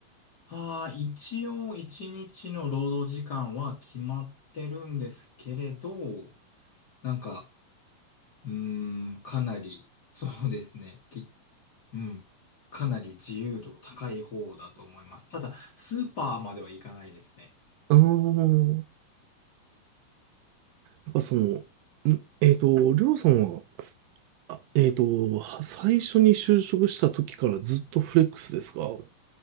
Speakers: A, on the left (about 40°); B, on the right (about 80°).
A: ああ、一応一日の労働時間は決まってるんですけれど、なんか、うーん、かなり、そうですね、き、うん、かなり自由度高い方だと思います。ただ、スーパーまでは行かないですね。
B: ああ、やっぱその、ん、えっと、りょうさんは、あ、えっと、は最初に就職した時からずっとフレックスですかお